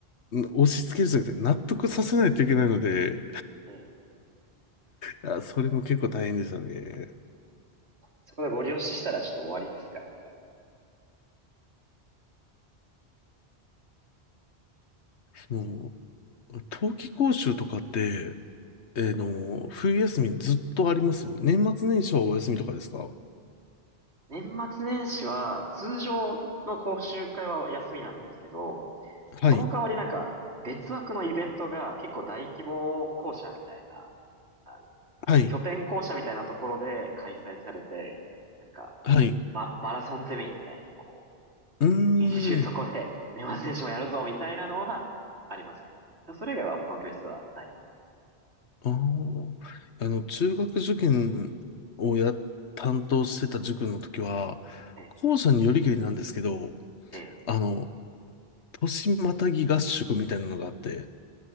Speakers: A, on the left; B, on the right.
A: 押し付けるじゃなくて、納得させないといけないので、
B: ええ。
A: いや、それも結構大変でしたね。
B: そ、そこでご利用ししたらちょっと終わりですからね。
A: もう、冬季講習とかって、えーの、冬休みずっとあります年末年始はお休みとかですか
B: 年末年始は、通常の講習会は休みなんですけど、
A: はい。
B: その代わりなんか、別枠のイベントが結構大規模校舎みたいな、あの、
A: はい。
B: 拠点校舎みたいなところで開催されて、なんか、
A: はい。
B: ま、マラソンゼミみたいな、こ
A: うー
B: う、一日中そこで年末年始もやるぞ、
A: ん。
B: みたいなのはありますね。それ以外は他の教室はない。
A: ああ、あの、中学受験をや、担当してた塾の時は、
B: ええ、
A: 校舎によりけりなんですけど、
B: ええ、
A: あの、年またぎ合宿みたいなのがあって、